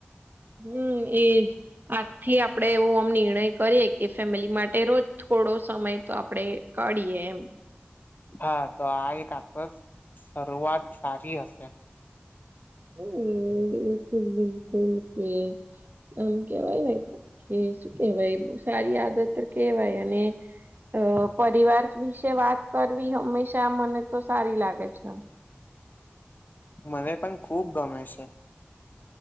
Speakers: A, on the right; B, on the left.
A: હમ એજ આજથી આપણેે એવો આમ નિર્ણય કરીએ કે ફેમિલી માટે રોજ થોડો સમય તો આપણેે કાડીેમ
B: હા તો આ એક આપસ શરૂઆત સારી હશે
A: હમ બિલકુલ બિલકુલ કે આમ કેવાયય કે કેવાય સારી આદત કેવાય અને અ પરિવાર વિશે વાત કરવી હંમેશા મને તો સારી લાગે છે <inaudible>
B: મને પણ ખૂબ ગમે છે